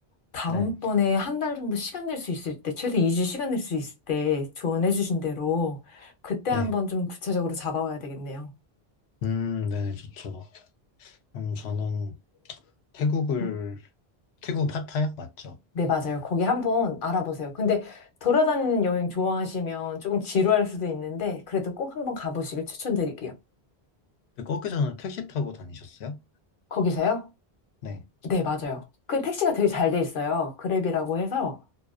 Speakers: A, on the left; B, on the left.
A: 다음번에
B: 네.
A: 한 달 정도 시간 낼 수 있을 때, 최소 2주 시간 낼 수 있을 때 조언해주신 대로, 그때
B: 네.
A: 한번 좀 구체적으로 잡아와야 되겠네요.
B: 음, 네네, 좋죠. 음, 저는 태국을,
A: 네,
B: 태국 파타야? 맞죠.
A: 네, 맞아요. 거기 한번 알아보세요. 근데 돌아다니는 여행 좋아하시면 조금 지루할 수도 있는데, 그래도 꼭 한번 가보시길 추천드릴게요.
B: 근데 거기서는 택시 타고 다니셨어요?
A: 거기서요?
B: 네.
A: 네, 맞아요. 그 택시가 되게 잘 돼 있어요. 그랩이라고 해서